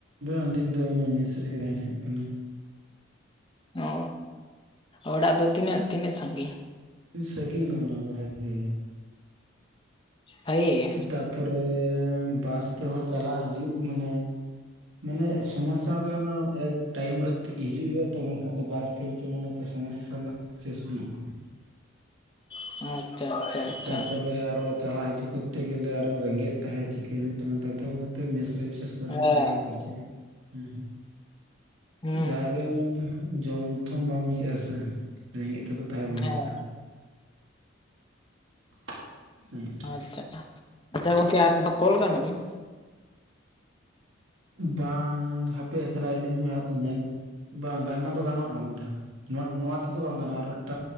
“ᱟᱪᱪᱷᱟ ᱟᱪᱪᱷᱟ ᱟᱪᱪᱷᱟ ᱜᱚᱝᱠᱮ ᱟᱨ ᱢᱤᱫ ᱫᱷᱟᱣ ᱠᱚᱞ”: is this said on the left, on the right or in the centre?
Left